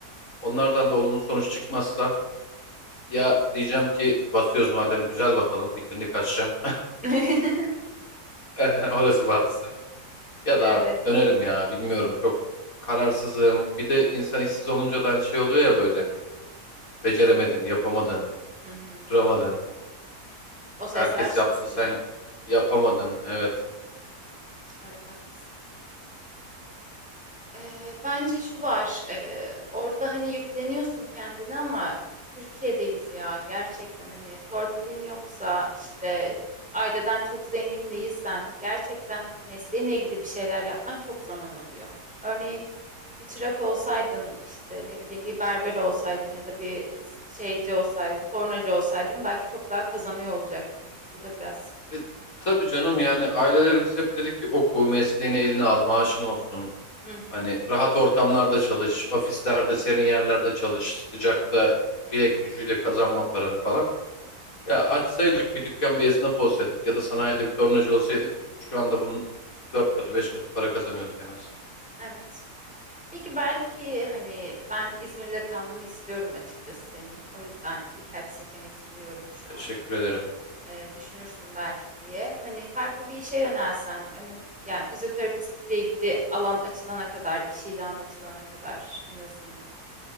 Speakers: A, on the left; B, in the centre.
A: Onlardan da olumlu sonuç çıkmazsa ya diyeceğim ki batıyoruz madem güzel batalım bir klinik açacağım.
B: <laughs>
A: <laughs> Orası batsın. Ya
B: Evet.
A: da artık dönerim ya bilmiyorum çok kararsızım. Bir de insan işsiz olunca da aynı şey oluyor ya böyle. Beceremedin, yapamadın.
B: Hı hı.
A: duramadın.
B: O sesler
A: Herkes
B: susmuyor.
A: yaptı sen yapamadın. Evet.
B: Evet haklısın. Eee, bence şu var. eee, orada hani yükleniyorsun kendini ama Türkiye'deyiz ya. Gerçekten hani torpilin yoksa işte aileden çok zengin değilsen gerçekten mesleğinle ilgili bir şeyler yapman çok zaman alıyor. Örneğin bir çırak olsaydın işte ne bileyim bir berber olsaydın ya da bir şeyci olsaydın, tornacı olsaydın belki çok daha kazanıyor olacaktın. Bu da biraz sıkıntılı.
A: E, tabii canım yani ailelerimiz hep dedi ki oku, mesleğini eline al, maaşın olsun.
B: Hı hı.
A: Hani rahat ortamlarda çalış, ofislerde, serin yerlerde çalış, sıcakta bilek gücüyle kazanma paranı falan. Ya açsaydık bir dükkan bir esnaf olsaydık ya da sanayide bir tornacı olsaydık şu anda bunun dört katı beş katı para kazanıyorduk en az.
B: Evet. Peki belki hani ben İzmir'de kalmanı istiyorum açıkçası senin. O yüzden birkaç seçenek sunuyorum şu
A: Teşekkür
B: an.
A: ederim.
B: Ee, düşünürsün belki diye. Hani farklı bir işe yönelsen, önü, yani fizyoterapistlikle ilgili alan açılana kadar, iş ilanı açılana kadar en azından.